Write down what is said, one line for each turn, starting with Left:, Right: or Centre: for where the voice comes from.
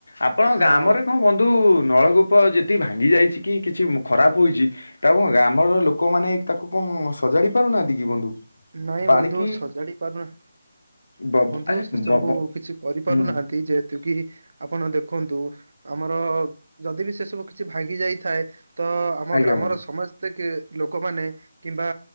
Left: ଆପଣ
Right: ହଁ
Left: ଗାମରେ ଙ୍କ ବନ୍ଧୁ ନଳକୂପ ପ ଯେତିକି ଭାଙ୍ଗି ଯାଇଛି କି କିଛି ମୁ ଖରାପ ହୋଇଛି ତମ ଗାମର ଲୋକମାନେ ତାକୁ ଙ୍କ ସଜାଡି ପାରୁନାହାନ୍ତି କି ବନ୍ଧୁ
Right: ନାଇଁ
Left: ପାଣି
Right: ବନ୍ଧୁ
Left: କି
Right: ସଜାଡି ପାରୁନା
Left: ବବ
Right: ବନ୍ଧୁ
Left: ଆରେ
Right: ସେ ସବୁ
Left: ବବ
Right: କିଛି କରିପାରୁନାହାନ୍ତି
Left: ହୁଁ
Right: ଯେ ଥୁକି ଆପଣ ଦେଖନ୍ତୁ ଆମର ଯଦି ବି ସେ ସବୁ କିଛି ଭାଙ୍ଗି ଯାଇଥାଏ ତ ଆମ
Left: ଆଜ୍ଞା
Right: ଗ୍ରାମର
Left: ବନ୍ଧୁ
Right: ସମସ୍ତେ କେ ଲୋକମାନେ କିମ୍ବା